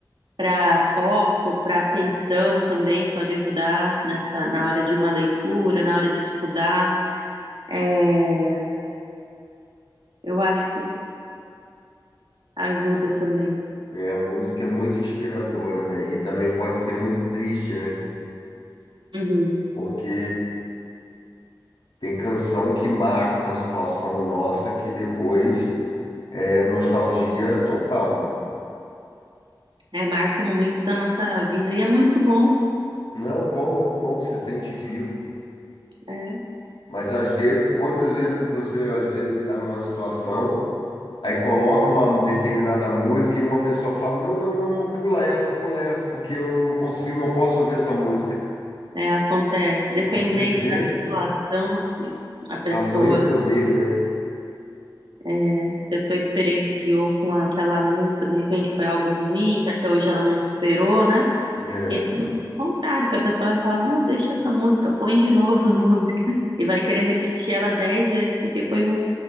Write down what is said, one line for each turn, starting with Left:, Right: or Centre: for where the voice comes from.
Right: para foco, para atenção também pode ajudar nessa na hora de uma leitura, na hora de estudar. É, eu acho que ajuda também.
Left: é A música é muito inspiradora, né? E também pode ser muito triste, né?
Right: Uhum.
Left: Porque tem canção que marca uma situação nossa que depois. É nostalgia total, né?
Right: É, marca momentos da nossa vida e é muito bom.
Left: Não, bom, bom, se sente vivo,
Right: né?
Left: mas às vezes, quantas vezes você às vezes está numa situação, aí coloca uma determinada música e uma pessoa fala, não, não, não, não, pula essa, pula essa, porque eu não consigo, não posso ouvir essa música.
Right: É, acontece. Dependendo
Left: Pra Você vê
Right: da situação que a pessoa,
Left: tamanho poder,
Right: é, a pessoa experienciou com aquela música, de repente foi algo ruim, que até hoje ela não superou, né?
Left: né? É,
Right: E tem o contrário, que a pessoa vai falar, não, deixa essa música, põe de novo a <laughs> música. E vai querer repetir ela dez vezes, porque foi um,